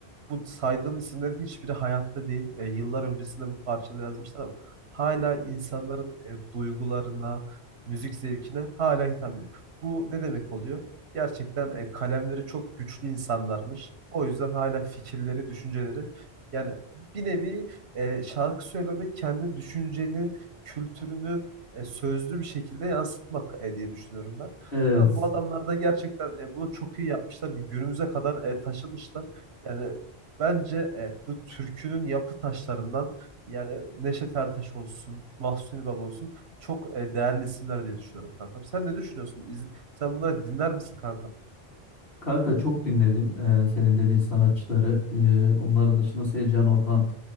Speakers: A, on the right; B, on the left.
A: bu saydığım isimlerin hiçbiri hayatta değil. E, yıllar öncesinde bu parçaları yazmışlar ama hala insanların e, duygularına, müzik zevkine hala hitap ediyor. Bu ne demek oluyor? Gerçekten e, kalemleri çok güçlü insanlarmış. O yüzden hala fikirleri, düşünceleri yani bir nevi e, şarkı söylemek kendi düşünceni, kültürünü e, sözlü bir şekilde yansıtmak e, diye düşünüyorum ben.
B: Evet.
A: Tamam, bu adamlar da gerçekten e, bunu çok iyi yapmışlar ve günümüze kadar e, taşımışlar. Yani Bence e, bu türkünün yapı taşlarından yani Neşet Ertaş olsun, Mahsuni Baba olsun çok e, değerli isimler diye düşünüyorum kankam. Sen ne düşünüyorsun? İz- sen bunları dinler misin kankam?
B: Kanka çok dinledim e, senin dediğin sanatçıları. E, onların dışında Sevcan Orhan.